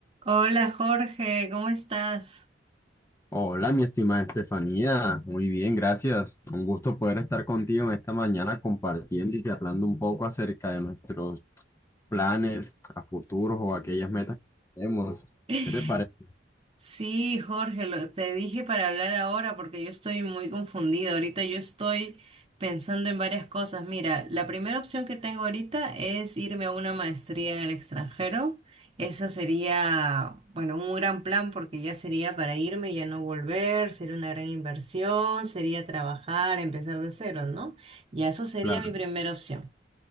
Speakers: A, on the right; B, on the left.
A: Hola Jorge, ¿cómo estás?
B: Hola, mi estimada Estefanía. Muy bien, gracias. Un gusto poder estar contigo en esta mañana compartiendo y charlando un poco acerca de nuestros planes a futuros o aquellas metas que tenemos.
A: <laughs>
B: ¿Qué te parece?
A: Sí, Jorge, lo- te dije para hablar ahora porque yo estoy muy confundida. Ahorita yo estoy pensando en varias cosas. Mira, la primera opción que tengo ahorita es irme a una maestría en el extranjero. Esa sería, bueno, un gran plan porque ya sería para irme y ya no volver, sería una gran inversión, sería trabajar, empezar de cero, ¿no? Ya eso sería
B: Claro.
A: mi primera opción.